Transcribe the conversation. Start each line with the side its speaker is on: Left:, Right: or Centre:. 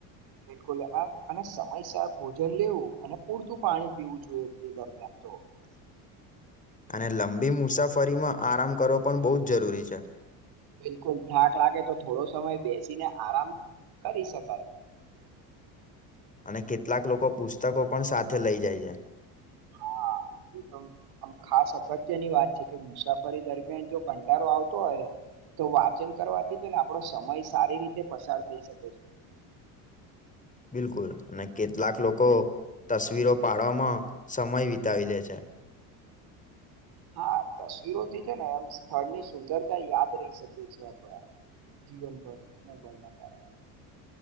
Right: બિલકુલ આ અને સમયસર ભોજન લેવું અને પૂરતું પાણી પીવું જોઈએ તે દરમિયાન
Left: <inaudible>
Right: તો
Left: <inaudible> અને લંબી મુસાફરીમાં આરામ કરવો પણ બોઉ જ જરૂરી છે
Right: બિલકુલ થાક લાગે તો થોડો સમય બેસીને આરામ કરી શકાય
Left: અને કેટલાક લોકો પુસ્તકો પણ સાથે લઈ જાય છે
Right: હા એ તો આમ ખાસ અગત્યની વાત છે કે મુસાફરી દરમિયાન જો કંટાળો આવતો હોય તો વાચન કરવાથી જ ને આપણો સમય સારી રીતે પસાર થઈ શકે છે
Left: બિલકુલ અને કેટલાક લોકો તસવીરો પાડવામાં સમય વિતાવી દે છે
Right: હા તસવીરોથી છે ને એમ સ્થળની સુંદરતા યાદ રહી શકે છેએ આપણા જીવનભર મોબાઈલ ના કારણે